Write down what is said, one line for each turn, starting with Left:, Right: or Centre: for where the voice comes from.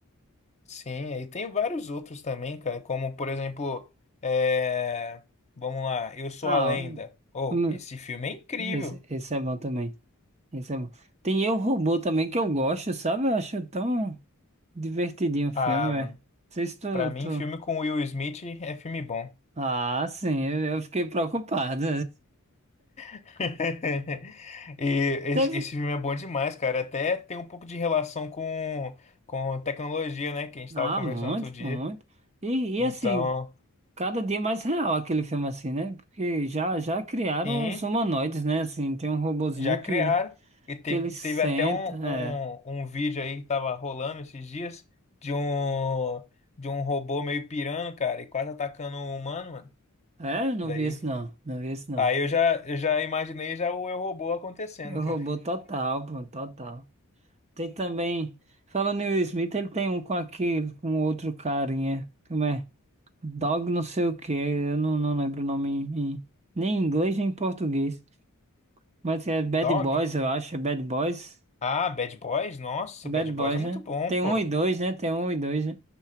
Left: Sim, aí tem vários outros também, cara, como por exemplo, é, vamos lá, Eu Sou
Right: Ah,
Left: a Lenda. Oh,
Right: hum,
Left: esse filme é incrível.
Right: esse, esse é bom também. Esse é bom. Tem Eu, Robô também que eu gosto, sabe? Eu acho tão divertidinho o filme,
Left: Ah,
Right: velho.
Left: mano,
Right: Não sei se tu,
Left: pra mim,
Right: tu...
Left: filme com Will Smith é filme bom.
Right: Ah, sim, eu, eu fiquei preocupado.
Left: <laughs> E esse,
Right: <laughs> Teve...
Left: esse filme é bom demais, cara. Até tem um pouco de relação com, com tecnologia, né? Que a gente tava
Right: Ah,
Left: conversando
Right: muito,
Left: outro dia.
Right: pô, muito. E,
Left: Então,
Right: e assim, cada dia mais real aquele filme assim, né? Porque já, já criaram
Left: sim,
Right: os humanoides, né? Assim, tem um robozinho
Left: já criaram.
Right: que ele,
Left: E teve,
Right: que ele senta,
Left: teve até um, um,
Right: é.
Left: um vídeo aí que tava rolando esses dias de um, de um robô meio pirando, cara, e quase atacando um humano, mano.
Right: É, não
Left: Daí,
Right: vi esse não, não vi esse não.
Left: aí eu já, eu já imaginei já o Eu Robô acontecendo,
Right: Eu
Left: cara.
Right: robô total, pô, total. Tem também. Falando em Will Smith, ele tem um com aquele, com outro carinha. Como é? Dog não sei o que Eu não, não lembro o nome em, em- nem em inglês nem em português. Mas é Bad
Left: Dog?
Right: Boys, eu acho. É Bad Boys.
Left: Ah, Bad Boys? Nossa,
Right: Bad
Left: Bad Boys
Right: Boys,
Left: é muito
Right: né?
Left: bom,
Right: Tem
Left: pô.
Right: um e dois, né? Tem um e dois, né?